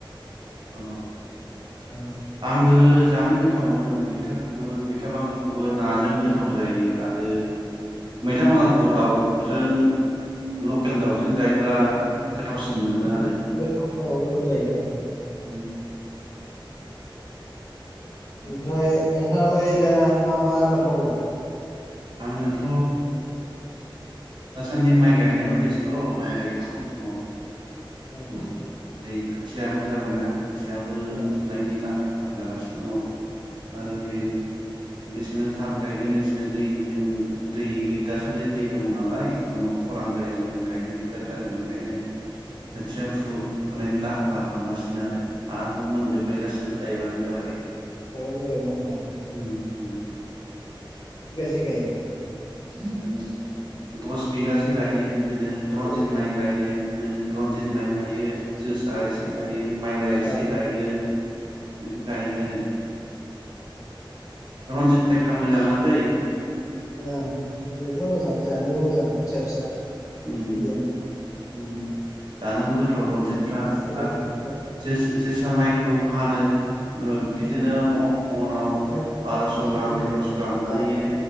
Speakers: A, on the right; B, on the left.
A: अ
B: औ
A: आंबो जानो गोथाव मोनो मैथाखौबो मैथा बांगालखौबो नाजों गोथाव जायो आरो मैथा बांगालखौ दाउजों लकेल दाउजों जायोब्ला गोथावसिन। मोनो
B: <unintelligible>
A: आरो
B: गोथाव औ गोथाव जायोथ'
A: <unintelligible>
B: ओमफ्राय नोंथाङालाय दा मा मा आबाद मावो?
A: आंङोथ' दासान्दि माइ गायनायाव बेस्थ' माइ गायगासिनो दंङ।
B: ओ
A: <unintelligible> ओरै खोथियाबो जाबायना। खोथियाबो
B: ओ
A: फुनायनि लाहार वार जागासिनो दङ
B: उम
A: आरो ओरै जेसेनो थाब गायगोन एसेनो दैजों दै दा सानदि दै दङ ना नालाय उनाव खरान जायो जों गायनो दिगदार
B: उम
A: जागोन ओंखायनो खोथिया
B: उम
A: फु-फुनायनि लाहार
B: उम
A: फाहार खालामगासिनो आरो हा
B: उम,
A: हु मोनजोबबाय गासिबो गायबानो जाबाय
B: गायबानो जाबायना होमबा
A: उम उम
B: से गायो
A: उम दस बिगासो गायो। बिदिनो रनजित
B: दस बिगा
A: माइ गायो ओ रनजित माइ गायो जोसा एसे गायो माइब्रा
B: औ
A: एसे गायो बेखौ गायो आरो <unintelligible> रन्जित माइफ्रा मोजाङा जायो।
B: ओ रन्जितफ्रा मोजां जानोबो मोजां। फिसा फिसा
A: उम
B: मिडियाम
A: उम जानोबो
B: उम,
A: गोथाव रनजितफ्रा
B: औ
A: आरो
B: औ
A: जोस-जोस <unintelligible> माइखौ फानो। ओ बिदिनो
B: ओं,
A: म-मनाव
B: मना
A: बारस'
B: बेसेबां
A: गाहाम
B: मोनो
A: थेरस' गाहाम मोनहैयो।
B: आ,